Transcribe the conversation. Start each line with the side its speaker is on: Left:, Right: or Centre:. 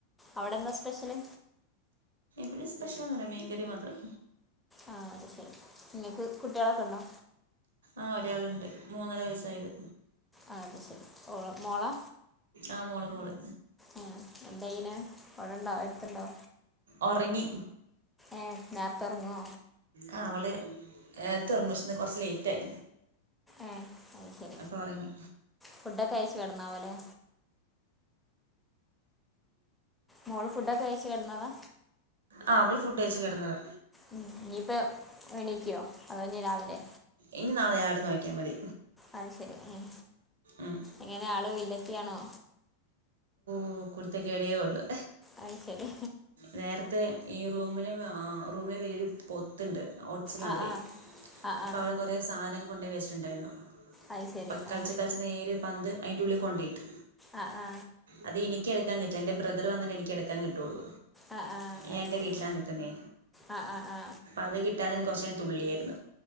Centre: അവടെ എന്താ സ്പെഷ്യല്?
Right: വല്ല്യ സ്പെഷ്യലൊന്നുല്ല മീൻ കറി മാത്രം
Centre: ആഹ് അത് ശരി ഇങ്ങക്ക് കുട്ടിളൊക്കെ ഇണ്ടോ?
Right: ആഹ് ഒരാളുണ്ട് മൂന്നര വയസ്സായത്
Centre: ആഹ് അത് ശരി മോളോ മോളാ?
Right: ആഹ് മോള് മോള്
Centre: ഉം എന്തായ്യണ് അവിടെണ്ടോ അടുത്തുണ്ടോ?
Right: ഒറങ്ങി
Centre: ഉം നേർത്തെ ഒറങ്ങോ?
Right: ആഹ് അവള് എഹ് നേർത്തെ ഒറങ്ങും പക്ഷെ ഇന്ന് കൊറച്ച് ലേറ്റായി
Centre: ആഹ് അയ്ശരി
Right: എപ്പോ ഒറങ്ങി
Centre: ഫുഡൊക്കെ കയിച്ച് കെടന്നാവുംലെ? മോള് ഫുഡൊക്കെ കഴിച്ച് കെടന്നതാ
Right: ആഹ് അവള് ഫുഡ്ഴിച്ച് കെടന്നതാ
Centre: ഉം ഞ്ഞിപ്പ എണീക്കോ അതോ ഞ്ഞി രാവിലെ
Right: ഇഞി നാളെ രാവിലെ നോക്ക്യാ മതി
Centre: അത് ശരി ഉം
Right: ഉം
Centre: എങ്ങനെ ആള് വില്ലത്തി ആണോ?
Right: ഓഹ് കുരുത്തകേടെ ഉള്ളൂ
Centre: അത് ശരി
Right: നേരത്തെ ഈ റൂമിന് ആഹ് റൂമേ വലിയൊരു പൊത്ത്ണ്ട് ഒച്ച് മാതിരി
Centre: ആ ആ ആ
Right: അപ്പ
Centre: ആ
Right: അവടെ കൊറ ട്ട് സാധനങ്ങള് കൊണ്ടേ വച്ചിട്ടുണ്ടായിരുന്ന
Centre: അത് ശരി
Right: അപ്പ കളിച്ച്
Centre: ആ
Right: കളിച്ച് നേരെ ഈ പന്ത് അയിൻ്റെ ഉള്ളീ കൊണ്ടേ ഇട്ട്
Centre: ആ ആ
Right: അത് എനിക്ക് എടുക്കാൻ കിട്ടണ്ടെ ബ്രദറ് വന്നിട്ടെ എനിക്ക് എടുക്കാൻ കിട്ടൊള്ളൂ
Centre: ആ ആ
Right: ഞാൻ
Centre: അത്
Right: എൻ്റെ
Centre: ശരി
Right: വീട്ടിലാ നിക്കുന്നേ
Centre: ആ ആ ആ
Right: അത് കിട്ടാതെന് കൊറച്ച് നേരം തുള്ളിയേര്ന്ന